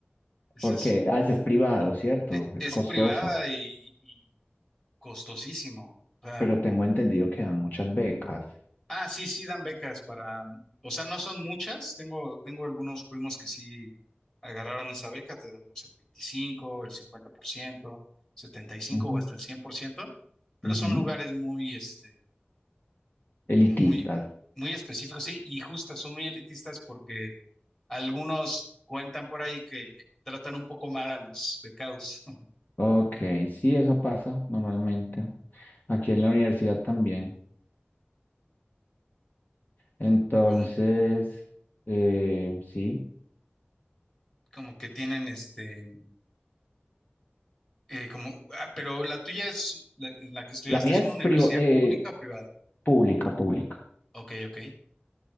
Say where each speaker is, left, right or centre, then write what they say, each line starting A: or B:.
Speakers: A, on the left (about 15°); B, on the left (about 50°).
A: Ese
B: Porque,
A: es,
B: ah, ese es privado, ¿cierto?
A: e-
B: Es
A: es
B: costoso,
A: privada y, costosísimo. O sea,
B: pero tengo entendido que dan muchas becas.
A: ah, sí, sí dan becas para, o sea, no son muchas. Tengo, tengo algunos primos que sí agarraron esa beca, te damos el veinticinco el cincuenta por ciento setenta y cinco
B: Ujú,
A: o hasta el cien por ciento pero
B: ujú.
A: son lugares muy, este,
B: Elitistas.
A: como muy, muy específicos, sí, y justas, son muy elitistas porque algunos cuentan por ahí que tratan un poco mal a los becados, <laughs>
B: Ok, sí, eso pasa normalmente. Aquí en la universidad también. Entonces,
A: como,
B: eh, sí.
A: como que tienen, este Eh, como, ah, pero la tuya es, la- en la que estudiaste
B: La mía
A: es una
B: es
A: universidad
B: priva- eh,
A: pública o privada.
B: pública, pública.
A: Ok, ok.